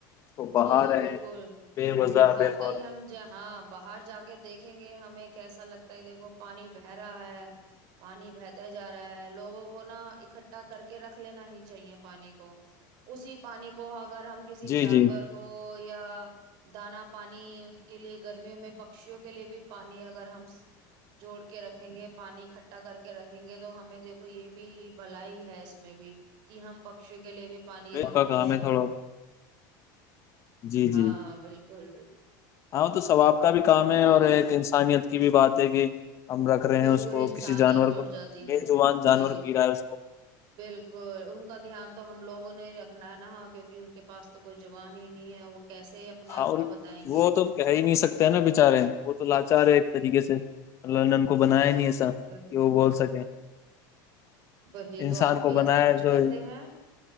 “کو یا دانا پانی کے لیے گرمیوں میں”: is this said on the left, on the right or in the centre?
Right